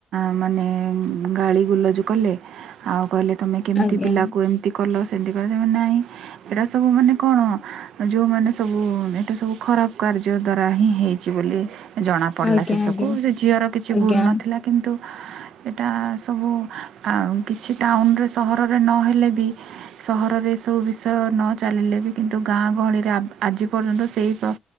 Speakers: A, on the right; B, on the left.
A: ମାନେ ଗାଳି ଗୁଲଜ କଲେ, ଆଉ କହିଲେ ତମେ କେମ୍ତି
B: ଆଜ୍ଞା
A: ପିଲାକୁ ଏ ତି କଲ, ସେ କ ନାଇଁ, ଏଟା ସବୁ ମାନେ କ'ଣ? ଯଉ ମାନେ ସବୁ ଏ ସବୁ ଖରାପ୍ କାର୍ଯ୍ୟ ଦ୍ଵାରା ହିଁ ହେଇଚି ବୋଲି। ଜଣା ପଡ୍‌ଲା
B: ଆଜ୍ଞା
A: ଶେଷକୁ,
B: ଆଜ୍ଞା
A: ସେ ଝିଅର କିଛି
B: ଆଜ୍ଞା
A: ଭୁଲ୍‌ ନଥିଲା କିନ୍ତୁ। ଏଟା ସବୁ କିଛି ଟାଉନ୍‌ରେ ସହରରେ ନହେଲେ ବି ସହରରେ ଏସବୁ ବିଷୟ ନ ଚାଲିଲେ ବି, କିନ୍ତୁ ଗାଁ ଗହଳିରେ ଆଜି ପର୍ଯ୍ୟନ୍ତ ସେଇ ପ୍ର